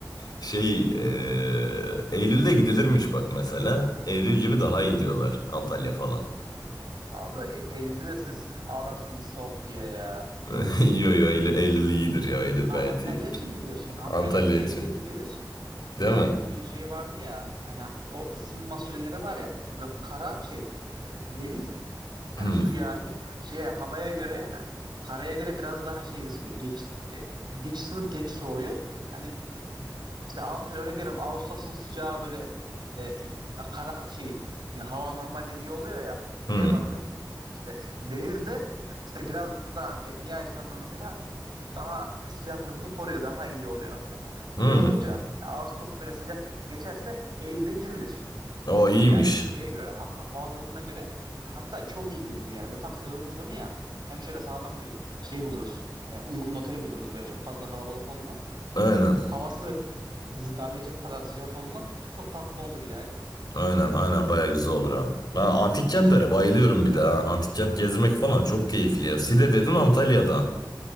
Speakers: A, on the left; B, on the right.
A: şey e, Eylül'de gidilirmiş bak mesela. Eylül gibi daha iyi diyorlar Antalya falan.
B: abi E- Eylül'de de siz ağlarsınız soğuk diye ya.
A: <laughs> Yo yo Eylül, Eylül iyidir ya Eylül
B: Ha
A: gayet
B: Antalya
A: iyidir.
B: için mi diyorsun? Antalya
A: Antalya
B: için Eylül'de
A: için
B: gidilir. Şöyle
A: değil mi?
B: hani bir şey vardı ya hani o ısınma süreleri var ya böyle kara şey e, deniz
A: Hmm,
B: yani su yani şey havaya göre hani e, karaya göre biraz daha şey ısınıyor. Geç e, geç ısınıp geç soğuyor. Hani e, işte Av- mesela örnek veriyorum Ağustos'un sıcağı böyle e, kara şey hava normalde iyi oluyor ya
A: hmm,
B: şeye bakıyorsun işte denizde işte biraz daha bir, bir ay sonra mesela daha sıcaklığını koruyor, daha iyi oluyor falan. Öyle
A: hmm.
B: olunca yani Ağustos böyle sıcak geçerse Eylül'de girilir.
A: O
B: Tabii
A: iyiymiş.
B: yani o şeye göre, ha- ha- hava durumuna göre hatta çok iyi girilir yani. Böyle tam sezonun sonu ya. Hem şöyle sağlam bir şey buluruz. e, Uygun oteli buluruz böyle çok fazla kalabalık olmaz.
A: Aynen
B: Hem havası bizi darlayacak kadar sıcak olmaz. Çok tatlı olur yani.
A: aynen aynen baya güzel olur ha. Ben antik kentlere
B: E, şey,
A: bayılıyorum bir de ha. Antik kent gezmek falan çok keyifli ya. Side dedin Antalya'da.